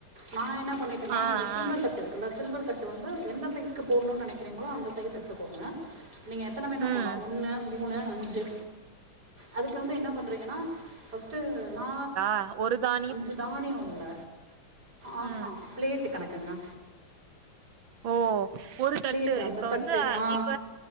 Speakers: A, on the right (about 50°); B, on the right (about 75°).
A: நா என்ன பண்ணிட்டனா
B: ஆ
A: அந்த சில்வர்
B: ஆ
A: தட்டு இருக்குல சில்வர் தட்டு வந்து எந்த சைஸ்க்கு போட்ணுண் நெனைக்கிறீங்களோ அந்த சைஸ் எடுத்துகோங்க நீங்க எத்தன வேணா
B: ம்
A: போல்லா ஒன்னு மூணு அஞ்சு அதுக்கு வந்து என்ன பண்றீங்கனா ஃபஸ்ட்டு நா
B: அ ஒரு தா
A: அஞ்சு தானியோ இல்ல ஆஹா
B: ம்
A: ப்ளேட்டு கணக்குங்க
B: ஓ ஒரு தட்டு
A: பிளேட்டு அந்த
B: இப்ப
A: தட்டு
B: வந்து அ
A: ஆ
B: இப்ப